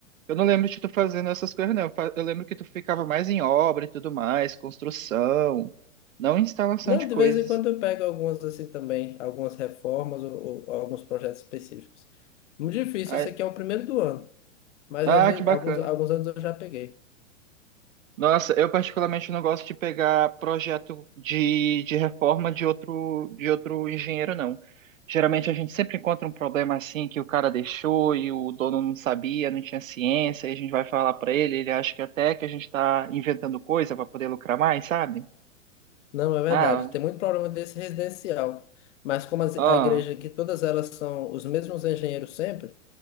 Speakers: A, on the right; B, on the left.
A: Eu não lembro de tu fazendo essas coisas, não. Eu fa- eu lembro que tu ficava mais em obra e tudo mais, construção, não instalação
B: Não,
A: de
B: de
A: coisas.
B: vez em quando eu pego algumas assim também, algumas reformas ou, ou alguns projetos específicos. Muito difícil,
A: Ah,
B: esse aqui é o primeiro do ano, mas
A: ah,
B: às vezes
A: que bacana.
B: alguns, alguns anos eu já peguei.
A: Nossa, eu particularmente não gosto de pegar projeto de, de reforma de outro, de outro engenheiro, não. Geralmente a gente sempre encontra um problema assim que o cara deixou e o dono não sabia, não tinha ciência, e a gente vai falar pra ele, ele acha que até que a gente tá inventando coisa pra poder lucrar mais, sabe?
B: Não, é verdade.
A: Ah,
B: Tem muito problema desse residencial. Mas como as-
A: ó,
B: a igreja aqui, todas elas são os mesmos engenheiros sempre,